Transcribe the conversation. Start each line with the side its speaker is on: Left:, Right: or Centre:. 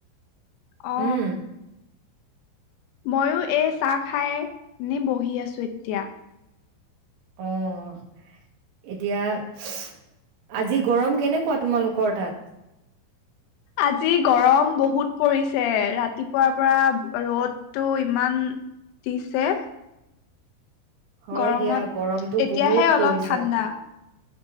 Left: অ।
Right: উম,
Left: মইও এই চাহ খাই, এনে বহি আছো এতিয়া।
Right: অ অ, এতিয়া আজি গৰম কেনেকুৱা তোমালোকৰ তাত?
Left: আজি গৰম বহুত পৰিছে, ৰাতিপুৱাৰ পৰা ৰ'দটো ইমান দিছে।
Right: হয়
Left: গৰমত
Right: দিয়া গৰমটো
Left: এতিয়াহে
Right: বহুত
Left: অলপ
Right: পৰিছে।
Left: ঠাণ্ডা।